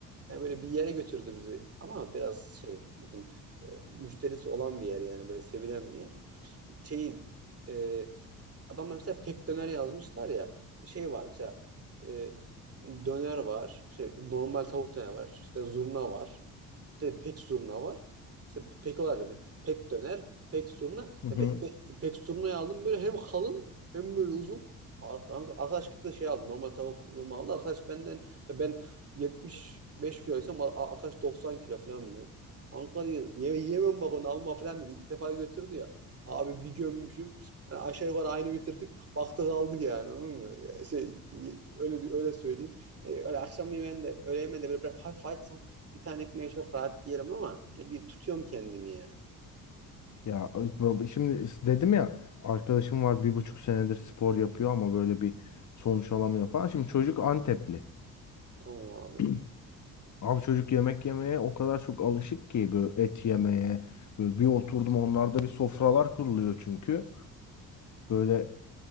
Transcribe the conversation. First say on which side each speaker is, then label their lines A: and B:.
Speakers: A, on the right; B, on the left.
A: Yani böyle bir yere götürdü bizi ama biraz şey bizim e, müşterisi olan bir yer yani böyle sevilen bir yer. Şeyi e, adamlar mesela pek döner yazmışlar ya. Şey var mesela e, döner var. Şey, normal tavuk döner var. işte zurna var. Bir de pek zurna var. İşte pek olarak yapıyor. pek döner, pek zurna.
B: Hı hı.
A: Ya be- be- pek zurnayı aldım böyle hem kalın hem böyle uzun. Ar- Arkadaş gitti de şey aldı. Normal tavuk zurna aldı. Arkadaş benden ben 75 kiloysam a- arkadaş 90 kilo falan böyle. Kanka diyor, yeme, yemem bak onu alma falan dedi. İlk defa götürdü ya. Abi bir gömmüşüm. Yani aşağı yukarı aynı bitirdik. Baktık aldık yani anladın mı? Ya Şey, öyle öyle söyleyeyim. E, öyle akşam yemeğinde, öğle yemeğinde böyle biraz hafif açsam bir tane ekmeği çok rahat yerim ama hani bir tutuyorum kendimi yani.
B: Ya abi şimdi dedim ya arkadaşım var bir buçuk senedir spor yapıyor ama böyle bir sonuç alamıyor falan. Şimdi çocuk Antepli.
A: Tamam abi.
B: <clears throat> Abi çocuk yemek yemeye o kadar çok alışık ki böyle et yemeye. Böyle bir oturdum onlarda bir sofralar kuruluyor çünkü. Böyle